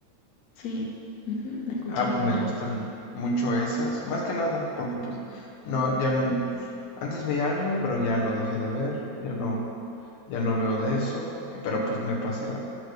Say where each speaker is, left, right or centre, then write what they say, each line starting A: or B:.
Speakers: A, on the left; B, on the left.
A: Sí, ujú, me escuché
B: Ah,
A: nombrar.
B: pues me gustan mucho esas, más que nada, porque pues no, ya n- antes veía anime, pero ya lo dejé de ver, ya no, ya no veo de eso, eh, pero pues me pasé a,